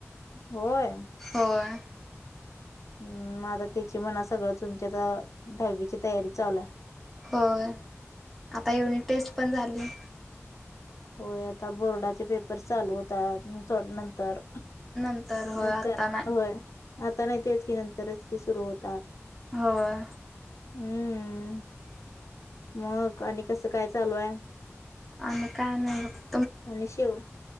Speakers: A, on the left; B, in the centre.
A: होय.
B: होय.
A: हम्. आता त्याची म्हणा सगळं तुमच्या आ दहावीची तयारी चालुयं.
B: होय आता युनिट टेस्ट पण झाली.
A: होय आता बोर्डाचे पेपर चालू होतात थोड नंतर.
B: नंतर होय
A: नंतर
B: आता नाही
A: होय आता नाही तेच कि नंतरच कि सुरू होतात.
B: होय.
A: हम्म मग आणि कसं काय चालूय?
B: आणि काय नाय बग?
A: आणि शिव